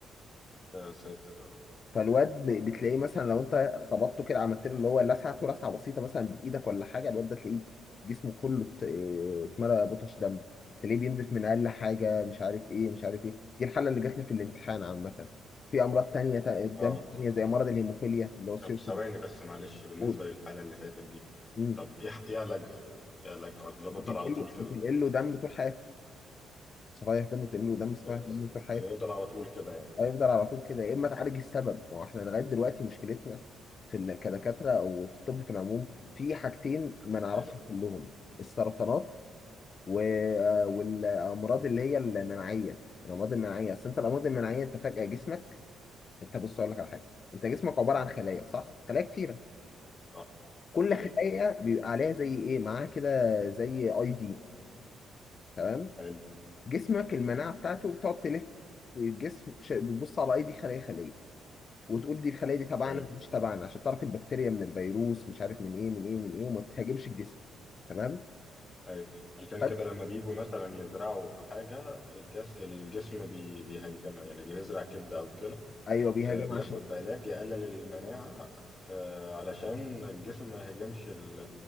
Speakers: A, on the left (about 25°); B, on the left (about 45°).
A: يا ساتر يا رب
B: فالواد ب- بتلاقيه مثلا لو انت خبطته كده عملت له اللي هو لسعته لسعه بسيطه مثلا بايدك ولا حاجه الواد ده تلاقيه جسمه كله ات- اه، اتملى بطش دم تلاقيه بينزف من اقل حاجه مش عارف ايه مش عارف ايه دي الحاله اللي جات لي في الامتحان عامه في امراض تانية تا- دم
A: اه
B: تانية زي مرض الهيموفيليا اللي هو سيرة
A: طب ثواني بس معلش بالنسبه
B: الدهون
A: للحاله اللي فاتت دي
B: مم.
A: طب ايه ايه علاجها؟ ايه علاجها ولا بفضل
B: بتنقل
A: على طول كده؟
B: بتنقل له دم طول حياته صفائح دم بتنقل له دم صفائح
A: يس
B: دم طول حياته
A: يفضل على طول كده يعني
B: هيفضل على طول كده يا اما تعالج السبب هو احنا لغايه دلوقتي مشكلتنا في ال- كدكاتره او في الطب في العموم في حاجتين ما نعرفش
A: ايوه
B: نحلهم السرطانات و... آه، والامراض اللي هي المناعيه الامراض المناعيه اصل انت الامراض المناعيه انت فجاه جسمك انت بص اقول لك على حاجه انت جسمك عباره عن خلايا صح خلايا كتيره
A: صح
B: كل
A: ايوه
B: خلايا بيبقى عليها زي ايه معاها كده زي اي دي تمام
A: حلو
B: جسمك المناعه بتاعته بتقعد تلف في الجسم ش- بتبص على اي دي خليه خليه وتقول دي الخلايا دي تبعنا
A: حلو
B: مش تبعنا عشان تعرف البكتيريا من الفيروس مش عارف من ايه من ايه من ايه وما تهاجمش الجسم تمام
A: ايوه عشان كده
B: فأنت-
A: لما بيجوا مثلا يزرعوا حاجه الجس... الجسم بي... بيهاجمها يعني اللي بيزرع كبده او كلى
B: ايوه بيهاجم
A: آه، بياخد
B: عشان
A: علاج يقلل المناعة آه، علشان الجسم ما يهاجمش ال-